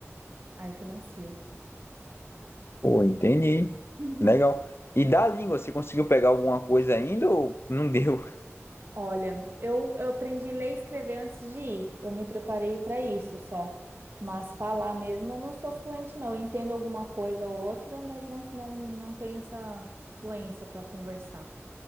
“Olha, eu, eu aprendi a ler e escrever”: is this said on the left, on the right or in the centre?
Right